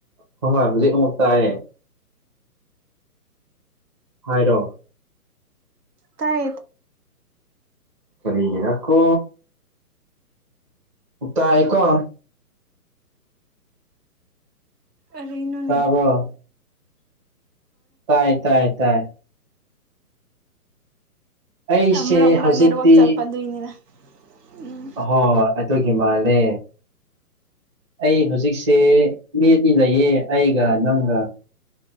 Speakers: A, on the right (about 20°); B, on the right (about 80°).
A: ꯍꯣꯏ ꯍꯣꯏ ꯍꯧꯖꯤꯛ ꯑꯃꯨꯛ ꯇꯥꯏ ꯍꯥꯏꯔꯣ
B: ꯇꯥꯏꯠ
A: ꯀꯔꯤꯦ ꯑꯀꯣ ꯎ ꯇ ꯑꯩꯣ
B: ꯑꯦꯅꯣꯅꯦ
A: ꯇꯥꯕ꯭ꯔꯣ ꯇꯥꯏ ꯇꯥꯏ ꯇꯥꯏ ꯑꯩꯁꯦ
B: ꯃꯔꯛ ꯃꯔꯛ
A: ꯍꯧꯖꯤꯛꯇꯤ
B: ꯅꯦꯠꯋꯥꯛ ꯆꯠꯄ ꯑꯗꯨꯏꯅꯤꯅ ꯎꯝ
A: ꯍꯣꯏꯣꯏ ꯑꯗꯨꯒꯤ ꯃꯥꯜꯂꯦ ꯑꯩ ꯍꯧꯖꯤꯛꯁꯦ ꯃꯤꯗꯤ ꯂꯩꯌꯦ ꯑꯩꯒ ꯅꯪꯒ